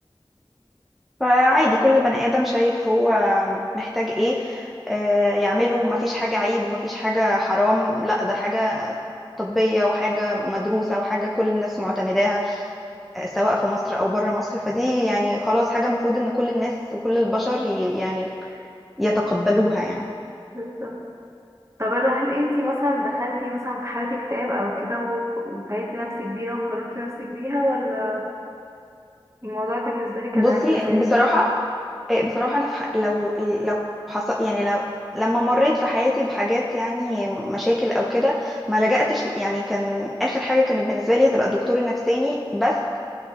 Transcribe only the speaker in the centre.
فعادي كل بني آدم شايف هو محتاج إيه آه، يعمله مفيش حاجة عيب ومفيش حاجة حرام لا ده حاجة طبية وحاجة مدروسة وحاجة كل الناس معتمداها آه، سواء في مصر او بره مصر فدي يعني خلاص حاجه المفروض ان كل الناس وكل البشر ي- يعني يتقبلوها يعني
بصي
بصراحه آه، بصراحه انا في ح- لو لو حصل يعني لو لما مريت في حياتي بحاجات يعني مشاكل او كده ما لجأتش ل- يعني كان اخر حاجه كانت بالنسبه لي هتبقى الدكتور النفساني بس